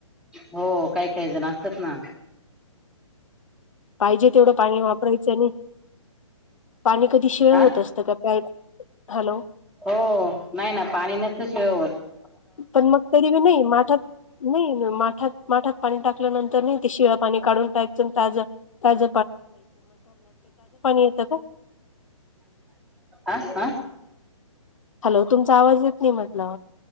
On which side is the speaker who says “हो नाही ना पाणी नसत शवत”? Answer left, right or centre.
Centre